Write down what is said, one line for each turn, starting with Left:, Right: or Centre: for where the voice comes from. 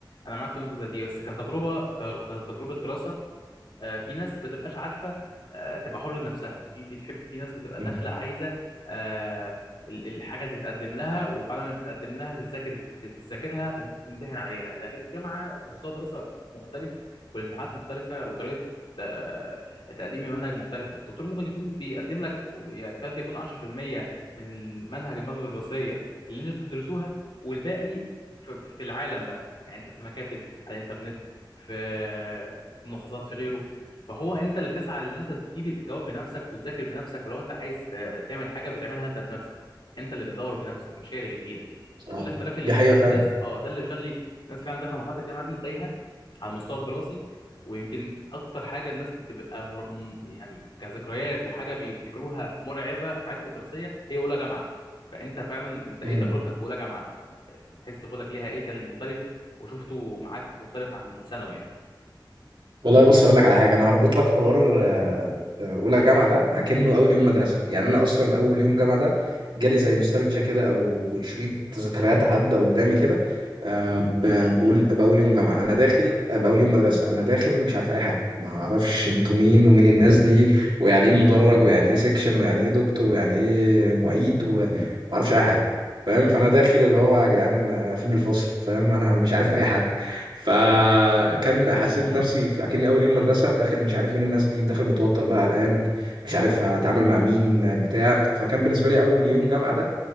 Left: انا معاك في نقطه زي دي بس كتجربه ك- كتجربه دراسه آه، في ناس بتبقاش عارفه آه، تبقى حره نفسها في بتحب في ناس بتبقى
Right: مم.
Left: داخله عايزه آه، ال- الحاجه تتقدم لها وبعد ما تتقدم لها تتذاكر تتذاكرها فانت تمتحن عليها لكن الجامعه مستوى دراسه مختلف والامتحانات مختلفه وطريقه آه، تقديم المنهج مختلفه الدكتور ممكن يكون بيقدم لك يكاد يكون 10% من المنهج الماده الدراسيه اللي انتوا بتدرسوها والباقي في في العالم بقى يعني انت في مكاتب على الانترنت في في ملخصات في غيره فهو انت اللي بتسعى ان انت تجيب الاجابات بنفسك وتذاكر بنفسك ولو انت عايز آه، تعمل حاجه بتعملها انت بنفسك انت اللي بتدور بنفسك مش هي اللي بتجيلك
Right: صح
Left: فده الاختلاف اللي
Right: دي
Left: بيخلي
Right: حقيقة
Left: الناس اه ده اللي بيخلي الناس فعلا داخله مرحله الجامعه دي تايهه على المستوى الدراسي ويمكن اكتر حاجه الناس بتبقى مر... م- يعني كذكريات وحاجه بيفتكروها مرعبه في حياتهم الدراسيه هي اولى جامعه فانت فعلا انت ايه
Right: فعلا
Left: تجربتك في اولى جامعه من حيث دخولك ليها ايه كان المختلف وشفته معاك مختلف عن ثانوي يعني
Right: والله بص هقول لك على حاجه انا هربط لك حوار آه، آه، اولى جامعه ده اكنه اول يوم مدرسه يعني انا اصلا اول يوم جامعه ده جالي زي نوستالجيا كده او شريط ذكريات عدى قدامي كده آه، ب- بقول باول يوم جامعه انا داخل آه، باول يوم مدرسه انا داخل مش عارف اي حاجه ما اعرفش انتوا مين ومين الناس دي ويعني ايه مدرج ويعني ايه سيكشن ويعني ايه دكتور ويعني ايه معيد وما اعرفش اي حاجه فاهم فانا داخل اللي هو يا جدعان آه، فين الفصل فاهم انا مش عارف اي حاجه فكان حسيت نفسي في- اكني اول يوم مدرسه داخل مش عارف مين الناس دي داخل متوتر بقى قلقان مش عارف هتعامل مع مين بتاع فكان بالنسبه لي اول يوم جامعه ده